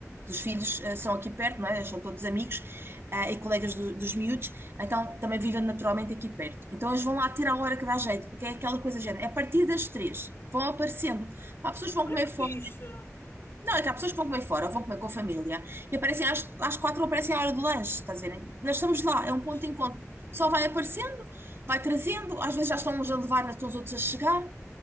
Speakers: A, on the right (about 50°); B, on the left (about 50°).
A: dos filhos eh, são aqui perto, não é? Eles são todos amigos eh, e colegas do- dos miúdos. Então, também vivem naturalmente aqui perto. Então, eles vão lá ter a hora que dá jeito, porque é aquela coisa do género. É a partir das três, vão aparecendo. Pá, pessoas que vão
B: Olha
A: comer
B: que
A: fora.
B: fixe!
A: Não, é que há pessoas que vão comer fora, vão comer com a família. E aparecem às, às quatro, ou aparecem à hora do lanche, estás a ver? Nós estamos lá, é um
B: Pois.
A: ponto de encontro. Só vai aparecendo, vai trazendo, às vezes já estão uns a levar, já estão os outros a chegar.